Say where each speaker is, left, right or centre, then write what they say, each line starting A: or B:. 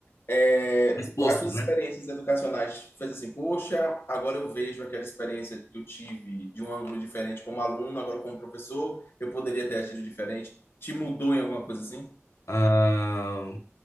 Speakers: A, on the left; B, on the left.
A: É,
B: Exposto,
A: as suas
B: né?
A: experiências educacionais fez assim, poxa, agora eu vejo aquela experiência que eu tive de um ângulo diferente como aluno, agora como professor, eu poderia ter agido diferente. Te mudou em alguma coisa assim?
B: Ah,